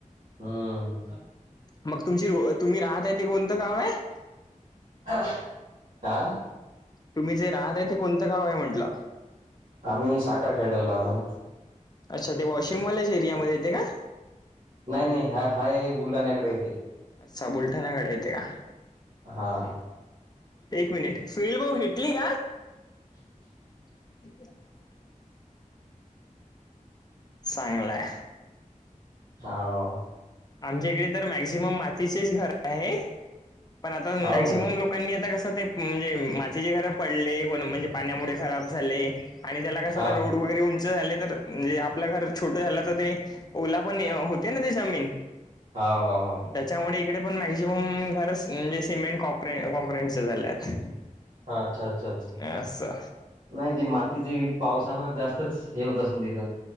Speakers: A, on the right; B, on the left.
A: हम्म.
B: मग तुमची तुम्ही राहत आहे ते कोणतं गाव आहे?
A: <unintelligible> आं
B: तुम्ही जे राहतय ते कोणतं गाव आहे म्हंटलं?
A: आम्ही साखर खेड्याला राहतो ना.
B: अच्छा ते वॉशिंग वलच्या एरियामध्ये येते का?
A: नाही नाही हा हाय बुलढाण्याकडे येते.
B: अच्छा बुलढाण्या कडे येते का.
A: हा
B: एक मिनिट. सुनील भाऊ घेटली का? <unintelligible> चांगलाय.
A: हाव हो
B: आमच्या इकडे तर मॅक्झिमम मातीचेच घर आहे पण आता
A: हाव
B: मॅक्झिमम
A: काय
B: लोक लोकांनी आता कसं ते म्हणजे मातीचे घर पडले को म्हणजे पाण्यामुळे खराब झाले. आणि त्याला कस
A: हा
B: आता रोड
A: हा
B: वगरेऊन उंच झाले तर म्हणजे आपलं घर छोटं झालं तर ते ओला पण होते ना ते जमीन.
A: हाव हो हो
B: त्याच्यामुळे इकडे पण मॅक्झिमम घर म्हणजे सिमेंट कॉँक्रेंटच झालेत.
A: हा अच्छा अच्छा अच्छा.
B: असा.
A: नाही ती मातीची पावसानं जास्तच हे होत अस न तिथं.